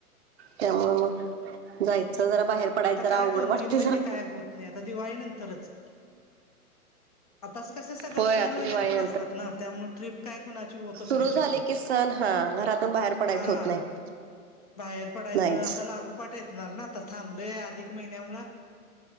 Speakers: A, on the right; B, on the left.
A: त्यामुळे मग जायचं जरा बाहेर पडायचं
B: आता
A: जरा
B: काय
A: अवघड
B: दोन-
A: वाटते
B: तीन
A: जरा
B: महिने काय होत नाही आता दिवाळी नंतरच आता अस कस सगळे
A: होय
B: सण
A: आता
B: वगैरे
A: दिवाळी
B: पण असतात ना त्यामुळे ट्रिप काय कुणाची होतच नाही
A: सुरु
B: शक्यतो
A: झाले की सण हा घरातून बाहेर पडायच
B: हा
A: होत नाही <inaudible>
B: बाहेर पडायचं
A: नाहीच
B: आता लागो. पट येतणार ना तर थांबले अधिक महिन्यामुळ.